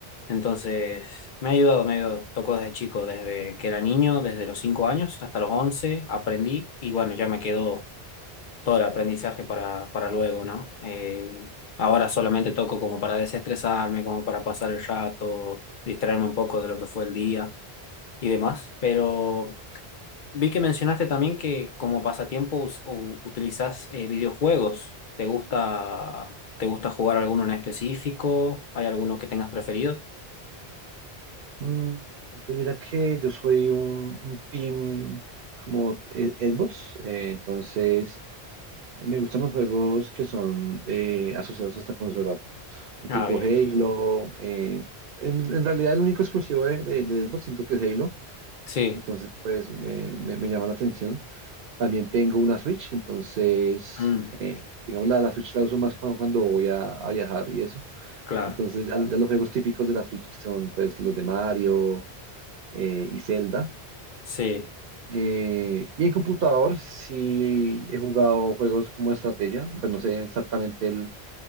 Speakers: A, on the left; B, on the right.
A: Entonces, me ha ayudado, me ha ayudado. Toco desde chico, desde que era niño, desde los 5 años hasta los 11 aprendí y bueno, ya me quedó todo el aprendizaje para, para luego, ¿no? Eh, ahora solamente toco como para desestresarme, como para pasar el rato, distraerme un poco de lo que fue el día y demás, pero vi que mencionaste también que como pasatiempo us- u- utilizas eh, videojuegos. ¿Te gusta, te gusta jugar alguno en específico? ¿Hay alguno que tengas preferido?
B: Mm, pues mira que yo soy un, un team como eh, Xbox, eh, entonces... eh, Me gustan los juegos que son eh, asociados hasta consola, un
A: Ah,
B: tipo
A: bien.
B: Halo. eh, en, en realidad el único exclusivo de, de, de Xbox siento que es Halo,
A: Sí.
B: entonces pues me, me- me llama la atención. También tengo una Switch, entonces
A: Mm,
B: eh, digamos la, la Switch la uso más cuando, cuando voy a, a viajar y eso.
A: claro.
B: Entonces ya, ya los juegos típicos de la Switch que son pues los de Mario eh, y Zelda.
A: Sí.
B: Eh, y en computador sí he jugado juegos como estrategia, pues no sé exactamente el